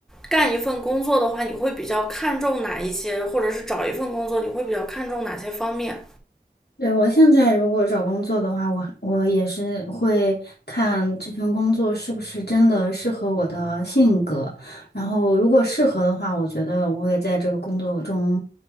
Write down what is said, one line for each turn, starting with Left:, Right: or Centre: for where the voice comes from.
Centre: 干一份工作的话，你会比较看重哪一些，或者是找一份工作，你会比较看重哪些方面？
Left: 对，我现在如果找工作的话，我我也是会看这份工作是不是真的适合我的性格，然后如果适合的话，我觉得我会在这个工作中，